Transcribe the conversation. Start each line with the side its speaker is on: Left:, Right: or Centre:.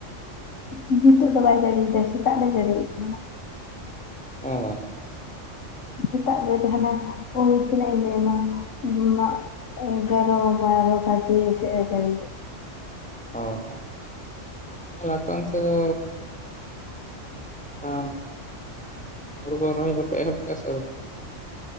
Left: ᱩᱸᱦ ᱱᱤᱛᱚᱜ ᱫᱚ ᱵᱟᱭ ᱡᱟᱹᱲᱤ ᱮᱫᱟᱭ ᱥᱮᱛᱟᱜ ᱫᱚᱭ ᱡᱟᱹᱲᱤᱭᱮᱫ ᱛᱟᱦᱮᱸᱱᱟ,
Centre: ᱚ ᱟᱪᱪᱷᱟ
Left: ᱥᱮᱛᱟᱜ ᱨᱮ ᱡᱟᱦᱟᱸᱱᱟᱜ ᱳᱭ ᱛᱤᱱᱟᱹᱜ ᱤᱧ ᱞᱟᱹᱭ ᱟᱢᱟ ᱢᱟᱜ ᱮᱜᱟᱨᱚ ᱵᱟᱨᱚ ᱵᱟᱡᱮ ᱥᱮᱜ ᱮ ᱡᱟᱲᱤᱭᱮᱫ
Centre: ᱚ ᱟᱪᱪᱷᱟ ᱛᱟᱦᱞᱮ ᱟᱯᱮ ᱚᱱᱛᱮ ᱫᱚ? ᱟᱻ ᱦᱩᱲᱩ ᱠᱚ ᱨᱚᱦᱚᱭ ᱠᱚᱯᱮ ᱮᱦᱚᱵ ᱠᱟᱜ-ᱟ ᱥᱮ ᱟᱣᱨᱤ?